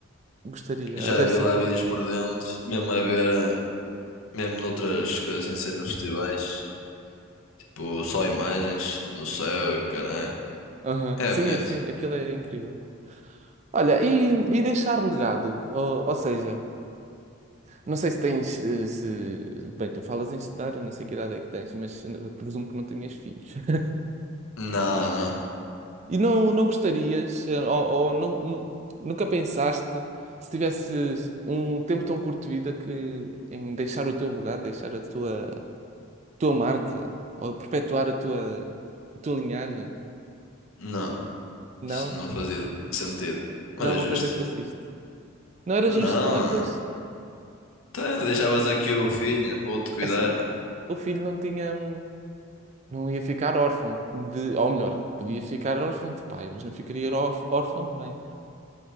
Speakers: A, on the right (about 35°); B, on the left (about 80°).
A: Gostaria.
B: já
A: Ah, Deve
B: vi
A: ser.
B: lá vídeos por dentro, mesmo a ver, eh, mesmo noutras coisas sem ser nos festivais, tipo só imagens no céu, caralho.
A: Aham.
B: É
A: Sim,
B: bonito.
A: assim, aquilo é incrível. Olha, e, e deixar legado, ou, ou seja, não sei se tens, eh, se, bem, tu falas em estudar, eu não sei que idade é que tens, mas eh, presumo que não tenhas filhos. <laughs>
B: Não, não,
A: E não, não gostarias, eh, ou, ou não, nu- nunca pensaste, se tivesse um tempo tão curto de vida, que em deixar o teu legado, deixar a tua, tua marca, ou perpetuar a tua, a tua linhagem?
B: não.
A: Não?
B: Isto não fazia sentido. Não
A: Não
B: era
A: é uma
B: justo.
A: coisa que te assiste. Não era
B: Não,
A: justo, não, pois,
B: então deixavas aqui o filho para ele te cuidar.
A: é assim, o filho não tinha. hum, não ia ficar órfão de, ou melhor, podia ficar órfão de pai, mas não ficaria órf- órfão de mãe.